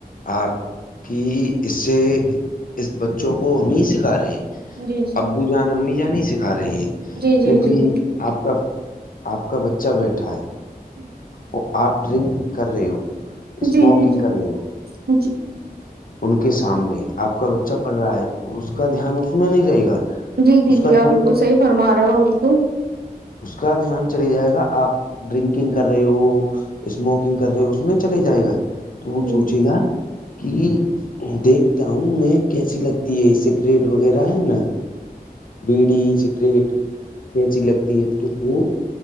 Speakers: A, on the left (about 60°); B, on the right (about 75°).
A: آپ کی اس سے اس بچوں کو ہمیں سکھا رہے ہیں
B: جی جی
A: ابو جان امی جان نہیں سکھا رہے ہیں
B: جی جی
A: کیونک
B: جی جی
A: آپ کا آپ کا بچہ بیٹھا ہے
B: <inaudible>
A: وہ آپ ڈرنک کر رہے ہو اسموکنگ
B: جی جی
A: کر رہے ہو
B: جی جی
A: ان کے سامنے آپ کا بچہ پڑھ رہا ہے اس کا دھیان اس میں نہیں رہے گا
B: جی جی
A: اس
B: جی
A: کا دھیان
B: آپ بالکل صحیح فرما رہے ہو بالکل
A: اس کا دھیان چلی جائے گا آپ ڈرنکنگ کر رہے ہو اسموکنگ کر رہے ہو اس میں چلا ہی جائے گا تو وہ
B: جی
A: سوچ
B: جی
A: گا کی دیکھتا ہوں میں کیسی لگتی ہے سگریٹ وغیرہ ہے نا بیڑی سکریٹ کیچی لگتی ہیں تو وہ